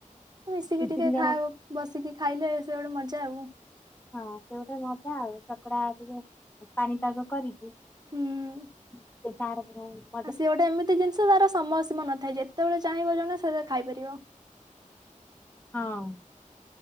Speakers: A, on the right (about 30°); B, on the left (about 15°).
A: ମିଶିକି
B: ଦି
A: ଟିକେ
B: ତିନି ଜଣ
A: ଖାଓ ବସିକି ଖାଇଲେ ସେ ଗୋଟେ ମଜା ଆଉ।
B: ହଁ ସେ ଗୋଟେ ମଜା ଆଉ ଚକଡ଼ା ଟିକେ ପାଣିପାଗ କରିକି
A: ହୁଁ।
B: ସେ ତାର ପୂର୍ବ ମିଳୁଚି।
A: ଆ ସିଏ ଗୋଟେ ଏମିତି ଜିନଷ ତାର ସମୟ ସୀମା ନଥାଏ ଯେତବଳେ ଚାହିଁବ ଜଣେ ସେ ଖାଇପାରିବ।
B: ହଁ